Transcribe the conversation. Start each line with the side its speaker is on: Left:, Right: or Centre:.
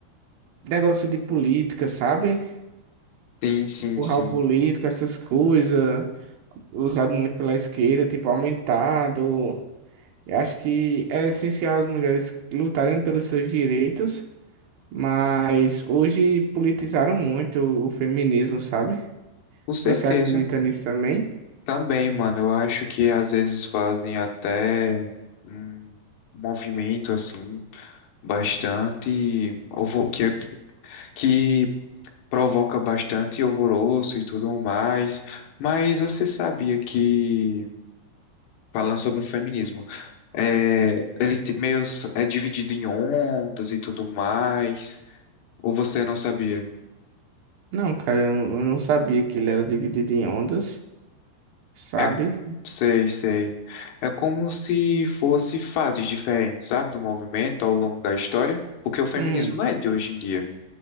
Right: negócio de política, sabe?
Left: sim, sim,
Right: Empurrar
Left: sim.
Right: o político, essas coisas usado muito pela esquerda, tipo, aumentado. Eu acho que é essencial as mulheres lutarem pelos seus direitos, mas hoje politizaram muito o feminismo, sabe?
Left: Com certeza.
Right: Você acredita nisso também?
Left: Também, mano, eu acho que às vezes fazem até um movimento assim bastante ovo- que que provoca bastante alvoroço e tudo mais. Mas você sabia que, falando sobre o feminismo, é, ele te- meio s- é dividido em ondas e tudo mais? Ou você não sabia?
Right: Não, cara, eu eu não sabia que ele era dividido em ondas, sabe?
Left: É, sei, sei. É como se fosse fases diferentes, sabe, do movimento ao longo da história, porque o feminismo
Right: Hum,
Left: não é de hoje em dia.